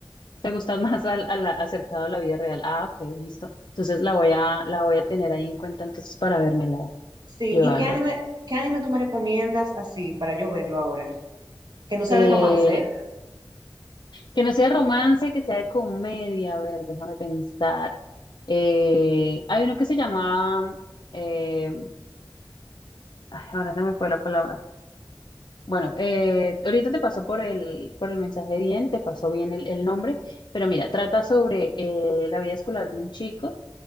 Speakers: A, on the left; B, on the right.
A: te gusta más al, a la- acercado a la vida real. Ah, ok, listo. Entonces la voy a, la voy a tener ahí en cuenta entonces para vérmela,
B: Sí,
A: Joana.
B: ¿y qué anime, qué anime tú me recomiendas así para yo verlo ahora? Que no sea
A: Eh,
B: de romance, ¿eh?
A: Que no sea romance, que sea de comedia. A ver, déjame pensar. Eh, hay uno que se llama. eh, ay, ahora se me fue la palabra. Bueno, eh, ahorita te pasó por el, por el mensaje bien, te pasó bien el, el nombre, pero mira, trata sobre eh, la vida escolar de un chico